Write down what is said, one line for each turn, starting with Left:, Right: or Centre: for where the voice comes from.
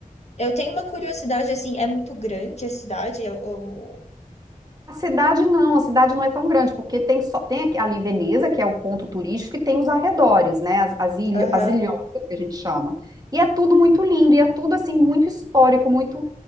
Left: Eu tenho uma curiosidade, assim, é muito grande a cidade. eu- eu-
Right: A cidade não, a cidade não é tão grande, porque tem só tem aqui- ali Veneza, que é o ponto turístico, e tem os arredores, né? As, as, ilho-
Left: Aham,
Right: as ilhotas que a gente chama. E é tudo muito lindo, e é tudo assim, muito histórico, muito.